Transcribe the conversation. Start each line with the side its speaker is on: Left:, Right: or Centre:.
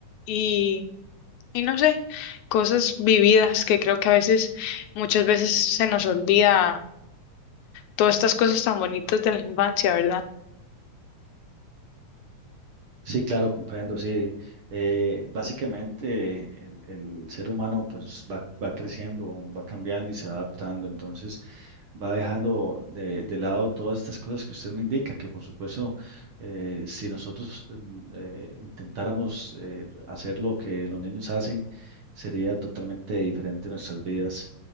Left: y, y no sé, cosas vividas que creo que a veces, muchas veces se nos olvida todas estas cosas tan bonitas de la infancia, ¿verdad?
Right: Sí, claro, comprendo, sí. Eh, básicamente, el, el ser humano pues va, va creciendo, va cambiando y se va adaptando. Entonces, va dejando de, de lado todas estas cosas que usted me indica, que por supuesto, eh, si nosotros mm, eh, intentáramos eh, hacer lo que los niños hacen, sería totalmente diferente nuestras vidas.